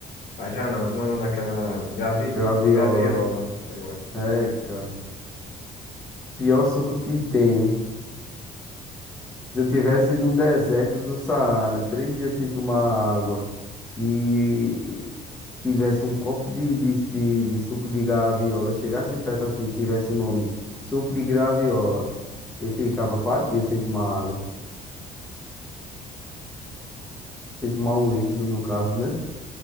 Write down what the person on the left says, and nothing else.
Bajá não, como é o nome daquela. Gravi...
Suco de graviola. Eu gosto.